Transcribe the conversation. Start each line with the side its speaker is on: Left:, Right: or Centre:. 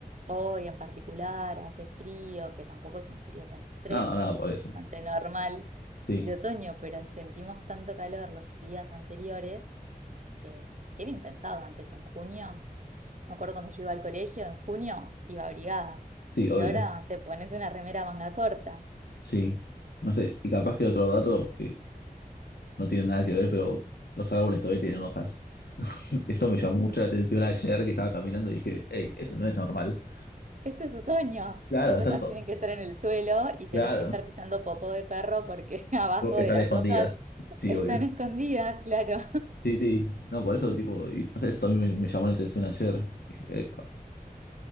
Right: Hoy en particular hace frío, que tampoco es un frío tan extremo,
Left: No, no,
Right: es un
Left: por
Right: frío
Left: eso.
Right: bastante normal
Left: Sí,
Right: de otoño, pero sentimos tanto calor los días anteriores que, que era impensado antes en junio me acuerdo cuando yo iba al colegio en junio, iba abrigada.
Left: sí, obvio.
Right: Y ahora te pones una remera manga corta.
Left: Sí. No sé, y capaz que otro dato que no tiene nada que ver, pero los árboles todavía tienen hojas. <laughs> Eso me llamó mucho la atención ayer que estaba caminando y dije, hey, esto no es normal.
Right: Esto es otoño.
Left: Claro,
Right: Las
Left: están
Right: hojas
Left: todos.
Right: tienen que estar en el suelo y tenés
Left: Claro,
Right: que estar pisando popó de perro porque <laughs> abajo
Left: porque
Right: de
Left: están
Right: las
Left: escondidas.
Right: hojas
Left: Sí,
Right: están
Left: obvio.
Right: escondidas, claro.
Left: Sí, sí. No, por eso, tipo, y, no sé, eso también me, me llamó la atención ayer. Dije, epa.